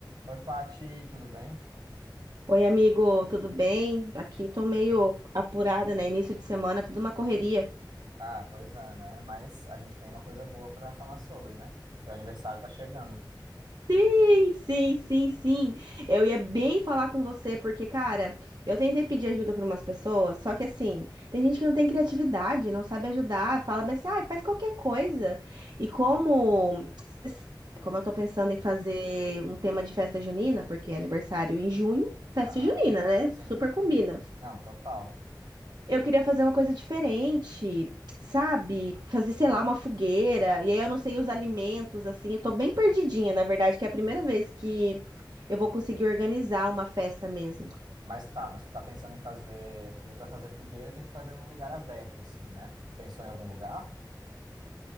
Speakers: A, on the right; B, on the right.
A: Oi, Pati, tudo bem?
B: Oi, amigo, tudo bem? Aqui tô meio apurada, né? Início de semana, tudo uma correria.
A: Ah, pois é, né? Mas a gente tem uma coisa boa para falar sobre, né? Teu aniversário tá chegando.
B: Sim, sim, sim, sim. Eu ia bem falar com você, porque, cara, eu tentei pedir ajuda para umas pessoas, só que assim, tem gente que não tem criatividade, não sabe ajudar, fala bem assim, ah, faz qualquer coisa. E como, como eu tô pensando em fazer um tema de festa junina, porque é aniversário em junho, festa
A: Aham,
B: junina, né?
A: sim.
B: Super combina.
A: Não, total.
B: Eu queria fazer uma coisa diferente, sabe? Fazer, sei lá, uma fogueira. E aí eu não sei os alimentos, assim. Eu tô bem perdidinha, na verdade, que é a primeira vez que eu vou conseguir organizar uma festa mesmo.
A: Mas tá, mas tu tá pensando em fazer. Porque para fazer fogueira tem que fazer num lugar aberto, assim, né? Tu pensou em algum lugar?